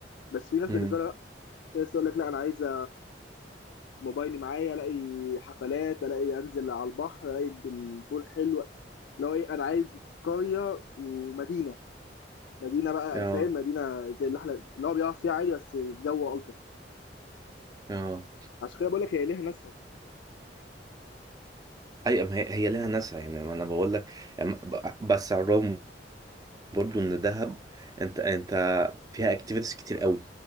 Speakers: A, on the left (about 75°); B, on the right (about 20°).
A: بس في ناس
B: امم
A: بالنسبه لها في ناس تقول لك لا انا عايزه موبايلي معايا الاقي حفلات الاقي انزل على البحر الاقي البول حلو لو ايه انا عايز قريه ومدينه مدينه بقى
B: اه
A: فاهم مدينه زي اللي احنا اللي هو بيعرف فيها عادي بس الجو الطف
B: اه
A: عشان كده بقول لك هي ليها ناسها
B: ايوه ما هي هي ليها ناسها يعني ما انا بقول لك أم- ب- بس على الرغم برضو ان دهب انت انت فيها اكتيفيتيز كتير قوي